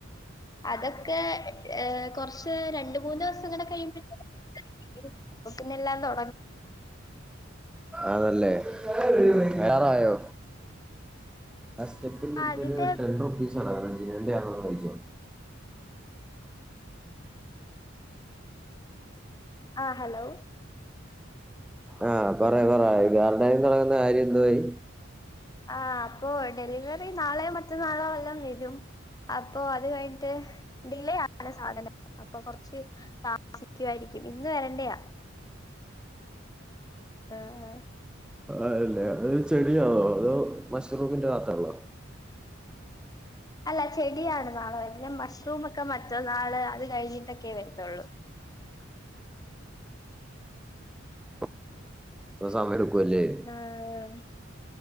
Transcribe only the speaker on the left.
അതൊക്കെ ഏഹ് കൊർച്ച് രണ്ട് മൂന്നൂസുങ്ങെനെ കഴിയ്മ്പെഴ്ത്തേന് അപ്പൊ പിന്നെ എല്ലാം തൊ
ആഹ്
അതിന്റെ
ആഹ് ഹലോ
ആഹ് അപ്പോ ഡെലിവെറി നാളെയോ മറ്റന്നാളോ വല്ലോം വെരും അപ്പോ അത് കയ്ൻട്ട് ഡിലേ ആണ് സാധനം അപ്പൊ കൊർച്ച് താമസിക്കുവായിരിക്കും ഇന്ന് വെരെണ്ടെയാ ആഹ് ആഹ്
അല്ല ചെടിയാണ് നാളെ വര്ണെ മഷ്റൂമാെക്കെ മറ്റന്നാള് അത് കഴിഞ്ഞിട്ടെക്കെ വര്ത്താെള്ളൂ
ആഹ്